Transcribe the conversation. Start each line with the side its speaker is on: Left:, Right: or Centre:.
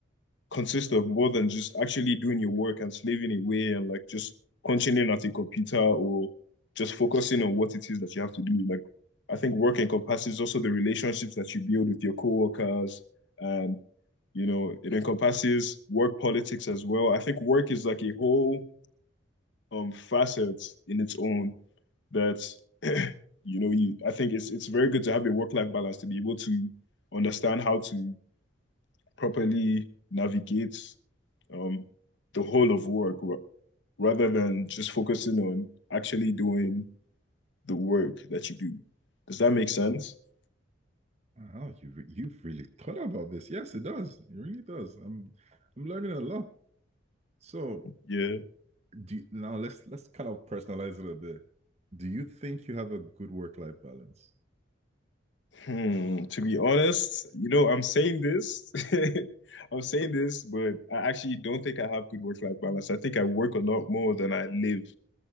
Left: consist of more than just actually doing your work and slaving away and like just punching in at a computer or just focusing on what it is that you have to do. Like, I think work encompasses also the relationships that you build with your coworkers and you know, it encompasses work politics as well. I think work is like a whole um facet in its own that <clears throat> you know, you I think it's it's very good to have a work-life balance to be able to understand how to properly navigate um, the whole of work ra- rather than just focusing on actually doing the work that you do. Does that make sense? <laughs>
Right: Oh, you've you've really thought about this. Yes, it does. It really does. I'm I'm learning a lot. So
Left: Yeah.
Right: do you, now let's let's kind of personalize it a bit. Do you think you have a good work life balance?
Left: Hmm. To be honest, you know, I'm saying this. <laughs> I'm saying this, but I actually don't think I have good work-life balance. I think I work a lot more than I live.